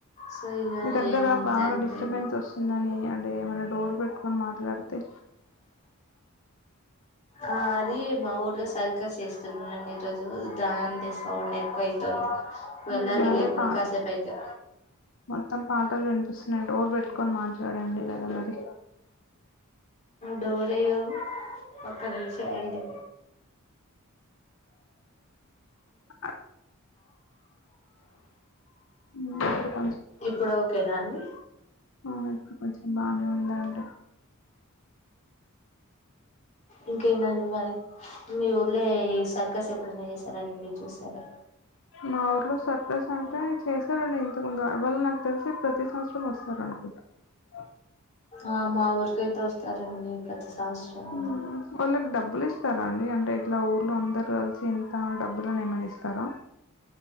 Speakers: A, on the left; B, on the left.
A: సో ఇక
B: మీ దగ్గర
A: ఏమంతా
B: బాగా
A: అనిపి
B: డిస్టర్బెన్స్ వస్తుందని అంటే ఎమైనా డోర్ పెట్టుకని మాట్లాడుత తే
A: ఆ అద మా ఊర్లో సర్కస్ చేస్తున్నాారంండి ఈ రోజు దాని దే సౌండ్ ఎక్కువ అవుతుంది వెళ్ళాలి
B: ఉమ్
A: ఇగ
B: అదే
A: ఇప్పుడు
B: పా
A: కాసేపు అయితే
B: మొత్తం పాటలు వినిపిస్తున్నాయిండి డోర్ పెట్టుకొని మాట్లాడండి కదా మరి
A: డోర్ ఎయ్యావ్ ఒక్కరి <unintelligible> యండి
B: అ ఉమ్ ఇప్పుడు కొంచెం
A: ఇప్పుడు ఓకేనా అండి
B: ఆ ఇప్పుడు కొంచెం బాగానే ఉందాండి
A: ఇంకేనాండి మరి మీ ఊర్లో ఈ సర్కస్ ఎప్పుడున్నా చేసారా అని మీరు చూసారు
B: మా ఊర్లో సర్ప్రైజ్ అంటే చేశారండి ఇంతకు ముందు వాళ్ళ నాకు తెలిసి ప్రతి సంవత్సరం వస్తారండి సారు
A: ఆ మా ఊరికైతే వస్తారండి ప్రతి సంవత్సరం
B: మ్మ్ వాళ్ళ కి డబ్బులు ఇస్త్ ఇస్తారా అండి అంటే ఇట్లా ఊళ్ళ అందరు కలిసి ఇంత డబ్బులునే ఏమన్న ఇస్తారా